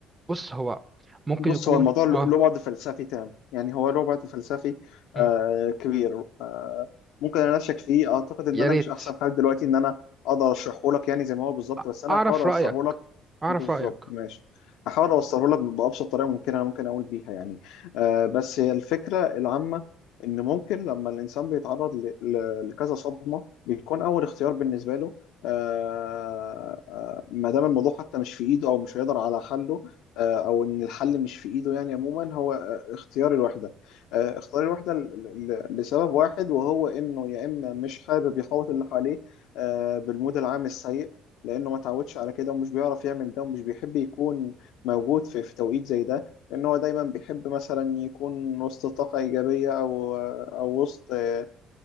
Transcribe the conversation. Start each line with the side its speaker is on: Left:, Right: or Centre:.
Right: بص هو ممكن
Left: بص
Right: يكون
Left: هو الموضوع له
Right: اه
Left: بعد فلسفي تام يعني هو له بعد فلسفي
Right: مم،
Left: آه كبير آه ممكن انا اشك فيه اعتقد ان
Right: يا
Left: انا
Right: ريت
Left: مش احسن حال دلوقتي ان انا اقدر اشرحه لك يعني زي ما هو بالظبط
Right: أ-
Left: بس انا
Right: اعرف
Left: هحاول اوصله
Right: رايك
Left: لك
Right: اعرف
Left: بالظبط
Right: رايك
Left: ماشي هحاول اوصله لك بابسط طريقه ممكنه انا ممكن اقول بيها يعني آه بس هي الفكره العامه ان ممكن لما الانسان بيتعرض ل- ل- لكذا صدمه بيكون اول اختيار بالنسبه له آه آه ما دام الموضوع حتى مش في ايده او مش هيقدر على حله آه، او ان الحل مش في ايده يعني عموما هو آه، اختيار الوحده آه، اختيار الوحده ل- ل- لسبب واحد وهو انه يا اما مش حابب يحوط اللي حواليه آه، بالمود العام السيء لانه ما تعودش على كده ومش بيعرف يعمل ده ومش بيحب يكون موجود في في توقيت زي ده لان هو دايما بيحب مثلا يكون وسط طاقه ايجابيه او آه، او وسط آه،